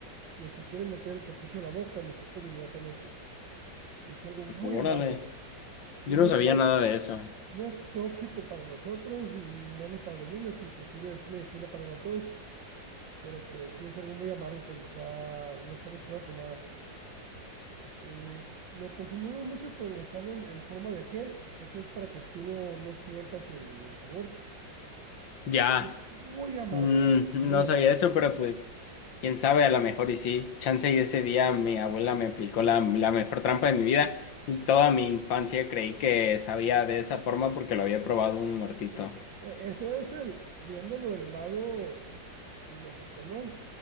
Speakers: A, on the right (about 80°); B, on the left (about 85°).
A: que se quieren meter el cartucho a la boca, y lo escupen inmediatamente. Es algo muy
B: Órale,
A: amargo y
B: yo
A: no
B: no
A: es,
B: sabía
A: tóxico,
B: nada de eso.
A: no es tóxico para nosotros, menos para los niños, inclusive es medicina para la tos, pero pues sí es algo muy amargo cuando está, no está mezclado con nada. Eh, lo consumimos mucho pero cuando están en, en, forma de gel, eso es para que tú no, no sientas el, el sabor, porque
B: Ya,
A: sí es muy amargo,
B: mm,
A: la verdad, muy
B: no
A: amargo.
B: sabía eso, pero pues... Quién sabe, a lo mejor y sí. Chance y ese día mi abuela me aplicó la, la mejor trampa de mi vida y toda mi infancia creí que sabía de esa forma porque lo había probado un muertito.
A: Eh, eh, eso es el, viéndolo el lado lógico, ¿no?